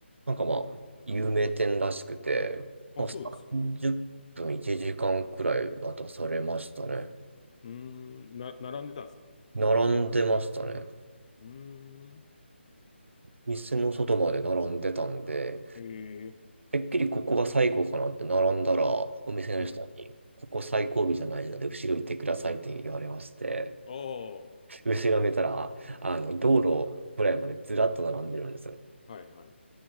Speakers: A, on the right; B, on the left.
A: なんかまあ、有名店らしくて、
B: あ、
A: まあ、30分、
B: そうですか。う
A: 1時間くらい待たされましたね。
B: ーん、な、並んでたんですか。
A: 並んでましたね。
B: うーん。
A: 店の外まで並んでたんで、
B: ええ。
A: てっきりここが最後かなって並んだら、お店の人に、
B: うん。
A: ここ最後尾じゃないので、後ろ行ってくださいって言われまして、
B: ああ、は
A: 後ろ見たら、あの、道路くらいまでずらっと並んでるんですよ。
B: いはい